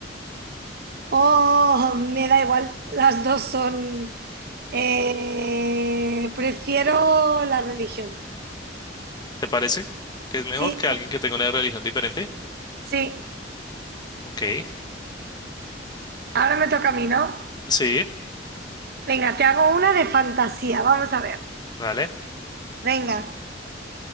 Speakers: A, on the right (about 55°); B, on the left (about 25°).
A: Oh, me da igual, las dos son... eh, prefiero la religión.
B: ¿Te parece que es mejor
A: Sí,
B: que alguien que tenga una religión diferente?
A: sí,
B: Ok,
A: ahora me toca a mí, ¿no?
B: sí,
A: Venga, te hago una de fantasía, vamos a ver.
B: vale.
A: Venga.